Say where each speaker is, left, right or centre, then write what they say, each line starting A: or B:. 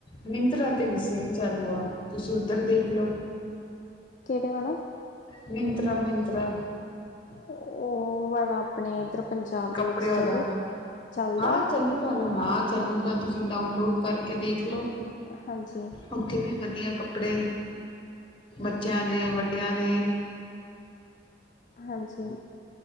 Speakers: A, on the left (about 30°); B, on the left (about 45°).
A: ਮਿੱਤਰਾ ਤੇ ਵਿ ਸ਼ੇਲ ਚਾਲੂ ਆ, ਤੁਸੀਂ ਉੱਧਰ ਦੇਖ ਲਓ।
B: ਕਿਹੜੇ ਵਾਲਾ?
A: ਮਿਨਤਰਾ -ਮਿਨਤਰਾ।
B: ਉਹ ਵਾਲਾ ਆਪਣੇ ਇਧਰ ਪੰਜਾਬ
A: ਕੱਪੜਿਆਂ
B: ਦੇ ਵਿੱਚ ਚੱਲੂ।
A: ਦਾ।
B: ਚੱਲਦਾ
A: ਹਾਂ ਚੱਲੂਗਾ ਨਾ ਹਾਂ ਚੱਲੂਗਾ
B: ਓਕੇ
A: ਤੁਸੀਂ ਡਾਊਨਲੋਡ ਕਰਕੇ ਦੇਖਲਓ।
B: ਹਾਂਜੀ।
A: ਉੱਥੇ ਵੀ ਵਧੀਆ ਕੱਪੜੇ, ਬੱਚਿਆਂ ਦੇ, ਵੱਡਿਆਂ ਦੇ
B: ਹਾਂਜੀ।